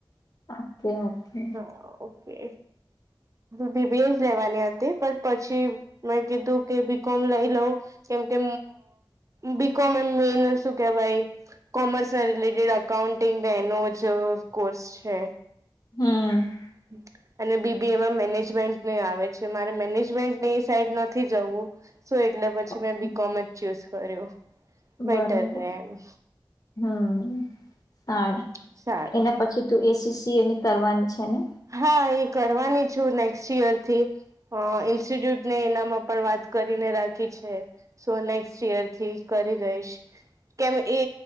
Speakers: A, on the left; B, on the right.
A: ઓકે ઓકે
B: હા ઓકે. બી. બી. એ. જ લેવાની હતી પણ પછી મેં કીધું કે બી. કોમ. લઈ લઉં. કેમ કે બી. કોમ. એમ મેન શું કેવાઈ કોમર્સ ના રિલેટેડ અકાઉન્ટિંગ એનો જ કોર્સ છે.
A: હમ
B: હમ અને બી. બી. એ. માં મેનેજમેન્ટ નુય આવે છે મારે મેનેજમેન્ટની સાઈડ નથી જવું. શું એટલે પછી
A: ઓકે
B: મેં બી. કોમ. જ ચુઝ કર્યું બેટર
A: બરોબર
B: રે એમ
A: હમ હાર
B: સારું
A: એના પછી તું એન. સી. સી. એય કરવાની છે ને?
B: હા એ કરવાની છું નેક્સ્ટ ઈયર થી ઇન્સ્ટિટ્યુટ ને એનામાં પણ વાત કરીને રાખી છે સો નેક્સ્ટ ઈયર થી કરી રહીશ કેમ એ